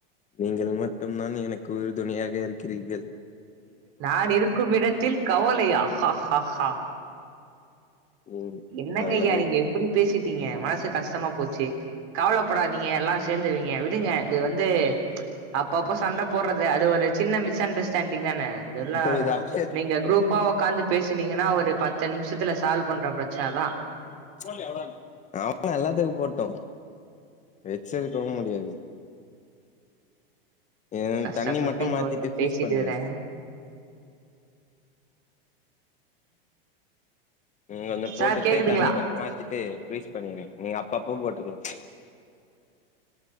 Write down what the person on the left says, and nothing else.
நீங்கள் மட்டும்தான் எனக்கு உறுதுணையாக இருக்கிங்கள்
ம்
நல்லது
சோ இது அப்டியே எடுத்துனு
போயிடு
அவ்ளதா எல்லாத்துக்கு போட்டோ வச்சிருக்கவு முடியாது ஏ
தண்ணி மட்டு
மாத்திட்டு
ஃப்ரீஸ்
பண்ணிருங்க நீங்க கொஞ்ச
போட்டுட்டு
தண்ணி மட்டு மாத்திட்டு ஃபிரீஸ் பண்ணிருங்க நீங்க அப்பப்பவு போட்டுக்கலா